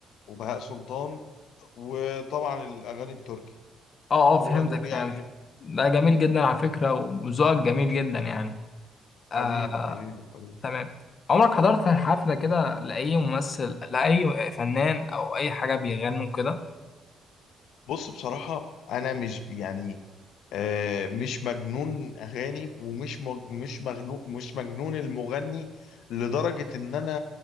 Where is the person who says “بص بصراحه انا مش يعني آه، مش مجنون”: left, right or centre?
Left